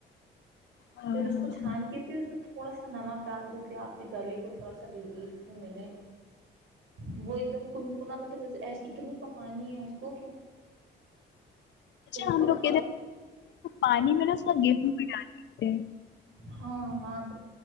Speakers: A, on the left; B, on the right.
A: ہاں
B: پھر اس
A: ہاں
B: کو کھان
A: ہاں
B: کیتی اس کو تھوڑا سا نمک ڈال دی کہ اپ کو گلے کو تھوڑا سا ملے وہ ایک دم کونکنا اتنے پکانی ہیں اسکو
A: ہم
B: پک
A: لوگ
B: پک
A: پانی میں نے اس کا گیو بی ڈال ڈیٹا ہے
B: ہاں